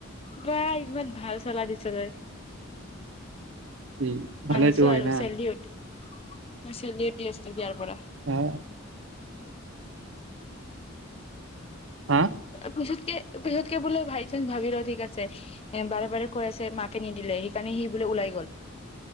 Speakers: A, on the left; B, on the right.
A: বাঁ, ইমান ভাল চোলা দিছ' তই।
B: উম, ভালেটো
A: মানিছো
B: হয়
A: আৰু
B: না?
A: চেলিউট মই চেলিউড দি আছো ইয়াৰ পৰা।
B: অ'। হা
A: পিচুতে পিচতকে বোলে, বাই চানস ভাবি ল', ঠিক আছে । এ বাৰে-বাৰে কৈ আছে মাকে নিদিলে । সেইকাৰণে সি বোলে ওলাই গ'ল ।